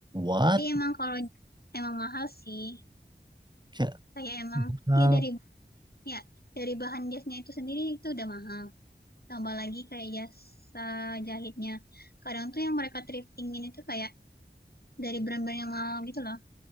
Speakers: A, on the right; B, on the left.
A: what?
B: Tapi emang kalau emang mahal sih.
A: Kayak
B: Kayak emang
A: mahal.
B: ya dari ya dari bahan jasnya itu sendiri itu udah mahal. Tambah lagi kayak jasa jahitnya. Kadang tuh yang mereka thriftingin itu kayak dari brand-brand yang mahal gitu loh.